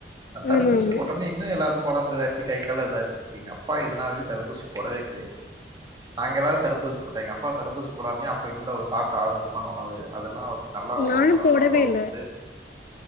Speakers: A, on the right; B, on the left.
A: அ தடுப்பூசி
B: ஆமா ஆமா
A: போட்டோணே இன்னு எல்லாத்து ஒடம்பு இதாச்சி கை கால்ல இதாச்சு எங்க அப்பா எதுனாயு தடுப்பூசி போடவே கிடையாது நாங்க எல்லாரு தடுப்பூசி போட்டோங்க அப்பா தடுப்பூசி போடாமே அப்பெல இருந்து அவர் சாப்ட்ட ஆரோகியமான உணவு அதெல்லா அவுரு நல்லா
B: நானும்
A: ஒடம்ப நல்லா
B: போடவே
A: வழுத்துத்து
B: இல்ல